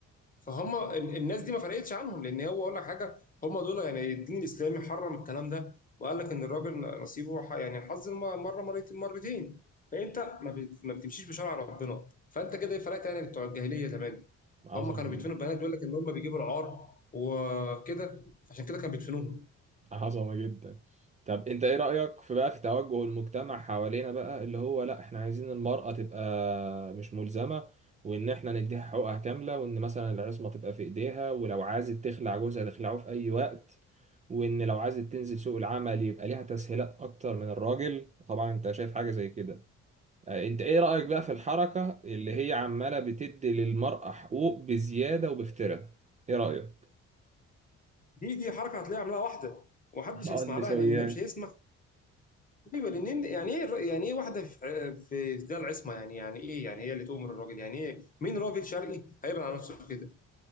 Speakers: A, on the left; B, on the right.
A: فهم ال- الناس دي ما فرقتش عنهم لان هو اقول لك حاجه هم دول يعني الدين الاسلامي حرم الكلام ده وقال لك ان الراجل نصيبه ح- يعني حظ الم- مره مرت- مرتين فانت ما بت- ما بتمشيش بشرع ربنا فانت كده ايه فرقت يعني بتوع الجاهليه زمان
B: عظمة
A: هم كانوا
B: <laughs> جدا
A: بيدفنوا البنات بيقول لك ان هم بيجيبوا العار وكده عشان كده كانوا بيدفنوهم
B: عظمة جدا طب انت ايه رأيك في بقى في توجه المجتمع حوالينا بقى اللي هو لا احنا عايزين المرأة تبقى مش ملزمة وان احنا نديها حقوقها كاملة وان مثلا العصمة تبقى في ايديها ولو عايزة تخلع جوزها تخلعه في اي وقت وان لو عايزة تنزل سوق العمل يبقى ليها تسهيلات اكتر من الراجل طبعا انت شايف حاجة زي كده آه، انت ايه رأيك بقى في الحركة اللي هي عمالة بتدي للمرأة حقوق بزيادة وبافتراء ايه رأيك
A: دي دي حركه هتلاقيها عاملاها واحده ومحدش
B: اه
A: هيسمع
B: النسويات
A: لها لان ده مش هيسمع ايوه لان يعني ايه الر- يعني ايه واحده في في ده العصمه يعني يعني ايه يعني هي اللي تؤمر الراجل يعني ايه مين راجل شرقي هيبقى على نفسه كده